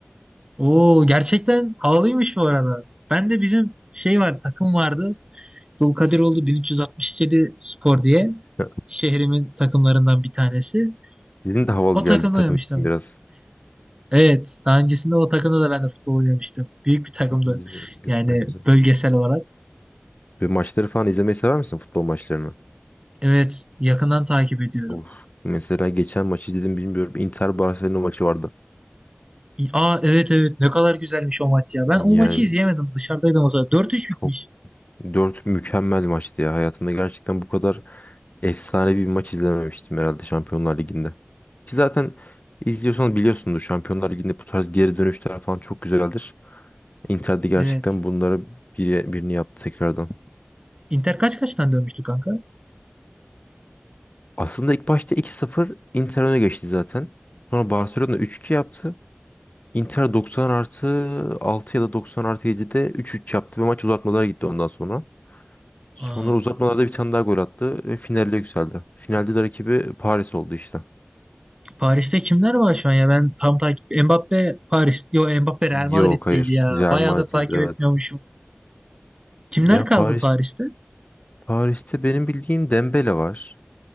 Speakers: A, on the right (about 20°); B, on the left (about 40°).
A: Oo gerçekten havalıymış bu arada. Ben de bizim şey var takım vardı. Dulkadiroğlu 1367 Spor diye
B: Ya,
A: şehrimin takımlarından bir tanesi.
B: Sizin de havalı
A: O
B: geldi
A: takımda
B: takım
A: oynamıştım.
B: ismi biraz.
A: Evet daha öncesinde o takımda da ben de futbol oynamıştım. Büyük bir takımdı
B: Güzel, güzel,
A: yani
B: güzel.
A: bölgesel olarak.
B: Bir maçları falan izlemeyi sever misin futbol maçlarını?
A: Evet yakından takip ediyorum.
B: Of. Mesela geçen maçı izledim bilmiyorum. Inter Barcelona maçı vardı.
A: Aa evet evet ne kadar güzelmiş o maç ya. Ben o
B: Yani
A: maçı izleyemedim dışarıdaydım o zaman. Dört üç
B: çok
A: bitmiş.
B: dört mükemmel maçtı ya. Hayatımda gerçekten bu kadar efsane bir maç izlememiştim herhalde Şampiyonlar Ligi'nde. Ki zaten izliyorsanız biliyorsunuz Şampiyonlar Ligi'nde bu tarz geri dönüşler falan çok güzeldir. Inter de gerçekten
A: Evet.
B: bunlara biri, birini yaptı tekrardan.
A: Inter kaç kaçtan dönmüştü kanka?
B: Aslında ilk başta iki sıfır Inter öne geçti zaten. Sonra Barcelona 3-2 yaptı. Inter 90 artı 6 ya da 90 artı 7'de 3-3 yaptı ve maç uzatmalara gitti ondan sonra. Sonra
A: Aa.
B: uzatmalarda bir tane daha gol attı ve finale yükseldi. Finalde de rakibi Paris oldu işte.
A: Paris'te kimler var şu an ya? Ben tam takip... Mbappe Paris... Yo Mbappe Real Madrid'deydi
B: Yok hayır.
A: ya.
B: Real
A: Bayağıdır
B: Madrid
A: takip
B: evet.
A: etmiyormuşum. Kimler
B: Ya
A: kaldı
B: Paris
A: Paris'te?
B: Paris'te benim bildiğim Dembele var.